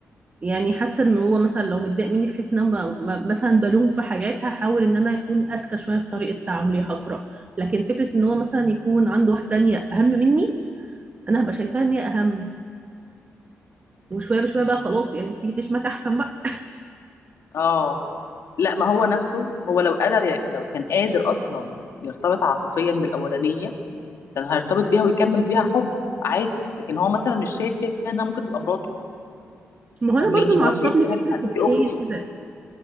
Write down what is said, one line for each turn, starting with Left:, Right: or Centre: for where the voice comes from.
Right: يعني حاسه ان هو مثلا لو متضايق مني في حته ان انا ب- ب- مثلا بلوم في حاجات هحاول ان انا اكون اذكى شويه في طريقه تعاملي هقرا لكن فكره ان هو مثلا يكون عنده واحده تانية اهم مني انا هبقى شايفاها ان هي اهم وشويه بشويه
Left: ما-
Right: بقى خلاص يعني تيجي تشمك احسن بقى
Left: اه لا ما هو نفسه هو لو قدر ي... لو كان قادر اصلا يرتبط عاطفيا بالاولانيه كان هيرتبط بيها ويكمل بيها حب عادي لكن هو مثلا مش شايف فيها انها ممكن تبقى مراته
Right: ما هو انا
Left: فاهماني
Right: برضو معصبني
Left: هو شايف فيها
Right: فكره
Left: إنها-
Right: ان
Left: انت اختي
Right: هي كده